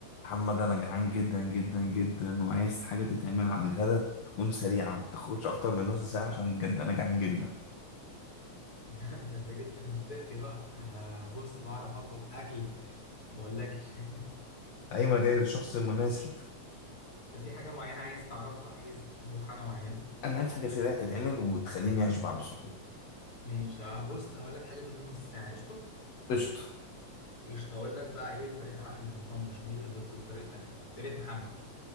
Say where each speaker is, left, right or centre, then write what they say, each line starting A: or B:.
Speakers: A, on the left; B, on the left.
A: محمد انا جعان جدا جدا جدا وعايز حاجه تتعمل على الغدا تكون سريعه ما تاخدش اكتر من نص ساعه عشان بجد انا جعان جدا
B: <laughs> ده انت جيت لي في منطقتي بقى انا بص بعرف اطبخ اكل ما اقولكش <laughs>
A: ايوه انا جاي للشخص المناسب
B: طب في حاجه معينه عايز تعرفها عايز تطبخ حاجه معينه
A: انا عايز حاجه سريعه تتعمل وتخليني اشبع بسرعه
B: ماشي اه بص هقول لك حاجه في حدود نص ساعه قشطه
A: قشطه
B: قشطه اقول لك بقى ايه طريقه عمل المكرونه بشاميل بص بطريقتي انا طريقه محمد